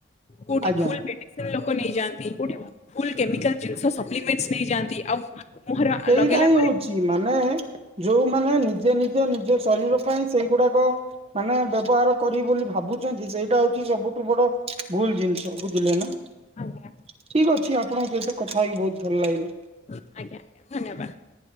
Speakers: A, on the left; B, on the right.
A: କୋଉଠି
B: ଆଜ୍ଞା।
A: ଭୁଲ ମେଡିସିନ ଲୋକ ନେଇଯାଆନ୍ତି ଗୋଟେ ଭୁଲ କେମିକାଲ ଜିନିଷ ସପ୍ଲିମେନ୍ସ ନେଇଯାଆନ୍ତି ଆଉ ମୁହଁରେ
B: ସେଇଟା
A: ଲଗେଇଲା
B: ହିଁ
A: ପରେ
B: ହଉଛି ମାନେ ଯୋଉମାନେ ନିଜେ ନିଜେ ନିଜ ଶରୀର ପାଇଁ ସେଇଗୁଡାକ ମାନେ ବ୍ୟବହାର କରିବ ବୋଲି ଭାବୁଛନ୍ତି ସେଇଟା ହଉଛି ସବୁଠୁ ବଡ ଭୁଲ ଜିନିଷ ବୁଝିଲେ ନା। ଠିକ
A: ଆଜ୍ଞା
B: ଅଛି ଆପଣଙ୍କ ସହିତ କଥା ହେଇକି ବହୁତ ଭଲ ଲାଗିଲା।
A: ଆଜ୍ଞା। ଧନ୍ୟବାଦ